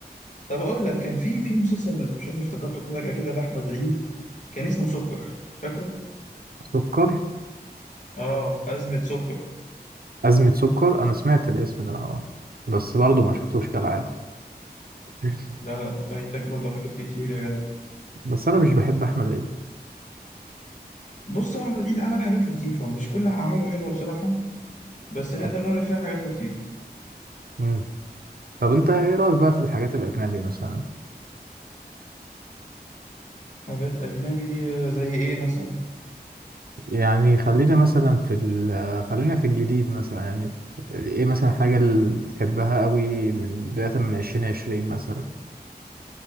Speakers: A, on the left (about 45°); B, on the right (about 65°).
A: طب اقول لك كان في في مسلسل مش فاكر افتكرته كده كده لاحمد عيد كان اسمه سكر فاكره
B: سكر
A: اه ازمه سكر
B: أزمة سكر أنا سمعت الاسم ده اه بس برضه ما شفتوش كالعادة <laughs>
A: لا لا فايتك برضه حاجات كتير يا جدع
B: بس أنا مش بحب أحمد عيد
A: بص هو احمد عيد عمل حاجات لطيفة مش كل أعماله حلوة بصراحة بس نقدر
B: اه
A: نقول إن فيها حاجات لطيفة
B: مم. طب أنت إيه رأيك بقى في الحاجات الأجنبي مثلا
A: حاجات أجنبي آه، زي إيه مثلا
B: يعني خلينا مثلا في ال خلينا في الجديد مثلا يعني إيه مثلا الحاجة اللي تحبها قوي من بداية من عشرين عشرين مثلا